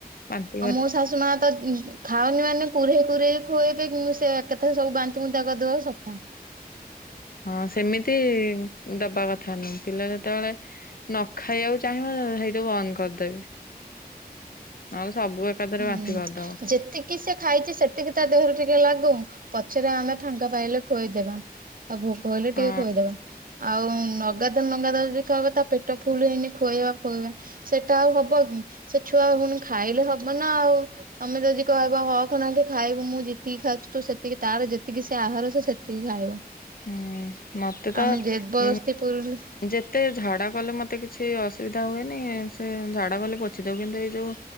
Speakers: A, on the left (about 65°); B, on the right (about 60°).
A: ବାନ୍ତି କରି
B: ଆଉ ମୋ ଶାଶୁ ମା ତ ଖାଉନି ମାନେ କୁରେଇ କୁରେଇ ଖୁଏଇବେ କିନ୍ତୁ ସେ ଏକେଥା ସବୁ ବାନ୍ତି ବୁନ୍ତା କରିଦବ ସଫା।
A: ହଁ ସେମିତି ଦବା କଥା ନୁହଁ ପିଲା ଯେତେବେଳେ ନ ଖାଇବାକୁ ଚାହିଁବ ସେଇଠୁ ବନ୍ଦ କରିଦେବି ନହେଲେ ସବୁ ଏକାଥରେ
B: ହୁଁ
A: ବାନ୍ତି କରିଦବ।
B: ଯେତି କି ସେ ଖାଇଛି ସେତିକି ତା ଦେହରୁ ଟିକେ ଲାଗୁ ପଛରେ ଆମେ ଫାଙ୍କା ପାଇଲେ ଖୁଆଇଦବା। ଆଉ ଭୋକ ହେଲେ
A: ହଁ
B: ଟିକେ ଖୁଏଇଦବା। ଆଉ ନଗାତେ ନଗାତେ ଯଦି ଖଇବା ତା ପେଟ ଫୁଲ ହେଇନି ଖୁଆଇବା ଖୁଆଇବା। ସେଟା ଆଉ ହବ କି ସେ ଛୁଆ ପୁଣି ଖାଇଲେ ହବ ନା ଆଉ। ତମେ ଯଦି କହିବ ହ ଖନାକେ ଖାଇବୁ ମୁଁ ଯେତିକି ଖାଉଛି ତୁ ସେତିକି ତାର ଯେତିକି ସେ ଆହାର ସେ ସେତ ତିକି ଖାଇବ।
A: ହୁଁ ମତେ ତ
B: ଆମେ ଜବରଦସ୍ତି
A: ଉଁ
B: ପୁରିଲୁ
A: ଯେତେ ଝାଡ଼ା କଲେ ମତେ କିଛି ଅସୁବିଧା ହୁଏନି ସେ ଝାଡ଼ା କଲେ ପୋଛି ଦଉ କିନ୍ତୁ ଏଇ ଯୋଉ